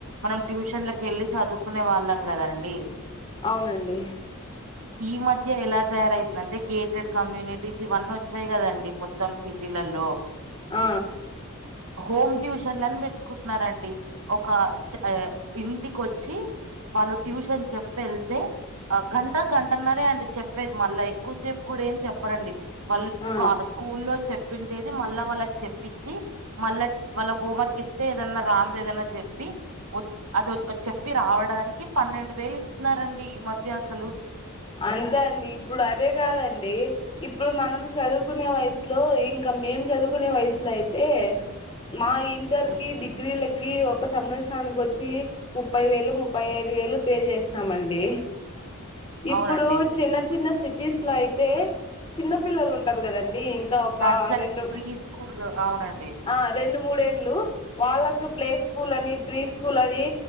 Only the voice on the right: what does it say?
మనం ట్యూషన్లకెళ్ళి చదువుకునే వాళ్ళం కదండి
ఈ మధ్య ఎలా తయారైందంటే గేటెడ్ కమ్యూనిటీస్ ఇవన్నీ వచ్చాయి కదండి మొత్తం సిటీలల్లో
హోమ్ ట్యూషన్లని పెట్టుకుంటున్నారండి ఒక చ ఇంటికొచ్చి వాళ్ళు ట్యూషన్ చెప్పి ఏళ్తే గంట గంటన్నారే అండి చెప్పేది మళ్ళా ఎక్కువ సేపు కూడా ఏమి చెప్పరండి వాళ్ళు
స్కూల్లో చెప్పిందేది మళ్ళా వాళ్ళకి చెప్పించి మళ్ళ వాళ్ళ హోంవర్క్ ఇస్తే ఏదన్నా రాంది ఏదన్నా చెప్పి వద్ అద చెప్పి రావడానికి పన్నెండు వేలు ఇస్తున్నారండి ఈ మధ్య అసలు
ఉమ్,
అవునండి
నర్సరీ
ప్రీ స్కూల్ అవునండి